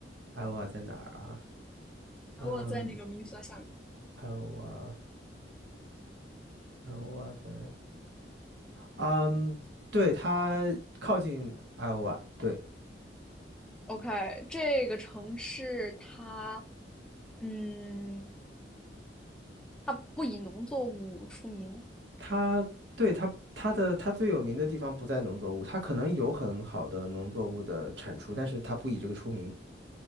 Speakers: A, on the right (about 80°); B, in the centre.
A: 艾欧瓦在哪儿啊？
B: ？Iowa
A: 嗯，
B: 在那个明尼苏达下面。
A: 艾欧瓦，艾欧瓦在，嗯，对，它靠近艾欧瓦，对，
B: OK，这个城市它，嗯，它不以农作物出名。
A: 它，对，它，它的，它最有名的地方不在农作物，它可能有很好的农作物的产出，但是它不以这个出名。